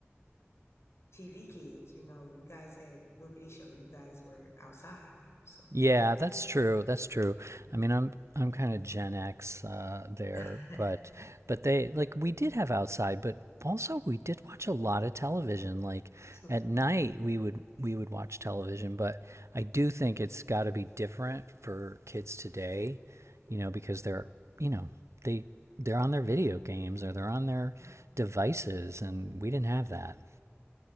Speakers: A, on the left (about 65°); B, on the right (about 75°).
A: TV kids, you know, you guys had little bitty shows. You guys were outside, you know? So
B: Yeah,
A: yeah.
B: that's true. That's true. I mean, I'm I'm kind of Gen X uh, there,
A: <laughs>
B: but but they like we did have outside, but also we did watch a lot of television. Like
A: True.
B: at night, we would we would watch television, but I do think it's got to be different for kids today, you know, because they're you know they they're on their video games or they're on their
A: Mhm.
B: devices, and we didn't have that.